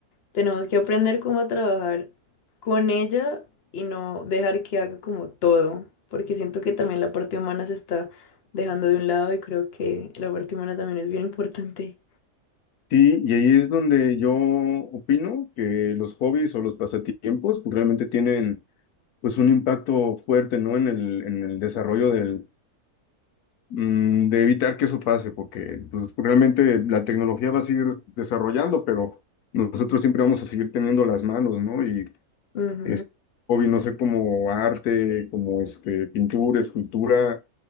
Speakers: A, on the left (about 50°); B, on the left (about 85°).
A: tenemos que aprender cómo a trabajar con ella y no dejar que haga como todo, porque siento que también la parte humana se está dejando de un lado y creo que la parte humana también es bien importante.
B: Sí, y ahí es donde yo opino que los hobbies o los pasatiempos pues realmente tienen pues un impacto fuerte, ¿no? En el, en el desarrollo del, mm, de evitar que eso pase, porque pues, realmente la tecnología va a seguir desarrollando, pero nosotros siempre vamos a seguir teniendo las manos, ¿no? Y
A: Ujú,
B: este, hobby, no sé, como arte, como este, pintura, escultura,